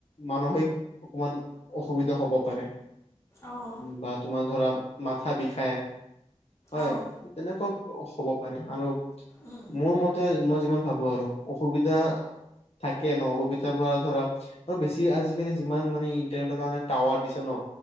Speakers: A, on the left; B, on the left.
A: মানসিক অকণমান অসুবিধা হব পাৰে।
B: অঁ
A: বা তোমাৰ ধৰা মাথা বিষাই হয়।
B: অঁ
A: তেনেকুৱা হ'ব পাৰে আৰু
B: উম
A: মোৰ মতে- তে মই যিমান ভাবো আৰু অসুবিধা কে ন সুবিধা পৰা ধৰা আৰু বেছি আজিকালি যিমান মানে ইণ্টাৰনেটৰ কাৰণে টাৱাৰ দিছে ন